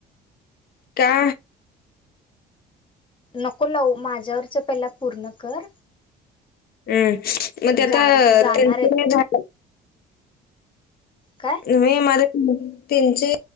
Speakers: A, on the left; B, on the left.
A: का?
B: नको लावू माझ्यावरच पहिला पूर्ण कर.
A: हम्म, मग ते आता
B: जाण जाणार
A: त्यांच
B: आहेत
A: ते झालं?
B: काय
A: नाही माझं त्यांची?